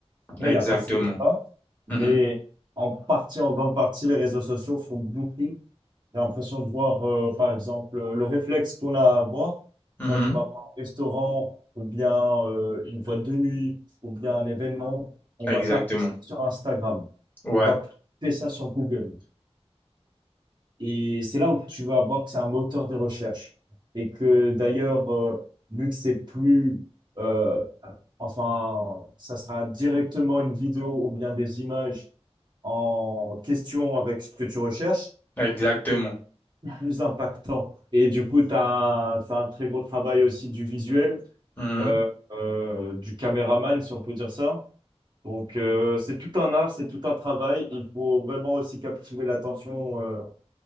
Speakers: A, on the right; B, on the left.
A: Après,
B: Exactement.
A: il n'y a pas tout ça, mais
B: Mhm.
A: en partie, en grande partie, les réseaux sociaux font beaucoup. J'ai l'impression de voir, euh, par exemple, euh, le réflexe qu'on a à avoir
B: Mhm.
A: quand on va pas au restaurant ou bien euh, une boîte de nuit ou bien un événement, on
B: Exactement.
A: va taper ça sur Instagram,
B: Ouais,
A: on va taper ça sur Google. Et c'est là où tu vas voir que c'est un moteur de recherche. Et que d'ailleurs, euh, vu que c'est plus, euh, enfin, ça sera directement une vidéo ou bien des images en question avec ce que tu recherches,
B: exactement.
A: plus impactant. Et du coup, tu as, un t'as un très gros travail aussi du visuel,
B: Mhm.
A: euh, euh, du caméraman, si on peut dire ça. Donc, euh, c'est tout un art, c'est tout un travail. Il faut vraiment aussi captiver l'attention, euh,